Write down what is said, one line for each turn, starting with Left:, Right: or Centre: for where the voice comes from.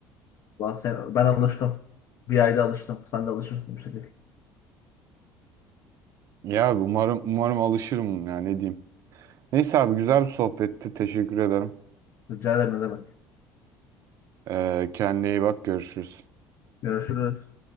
Left: Ulan sen- ben alıştım. Bir ayda alıştım. Sen de alışırsın bir şekilde.
Right: Ya umarım umarım alışırım ya ne diyeyim. Neyse abi güzel bir sohbetti. Teşekkür ederim.
Left: Rica ederim ne demek.
Right: Ee, kendine iyi bak görüşürüz.
Left: Görüşürüz.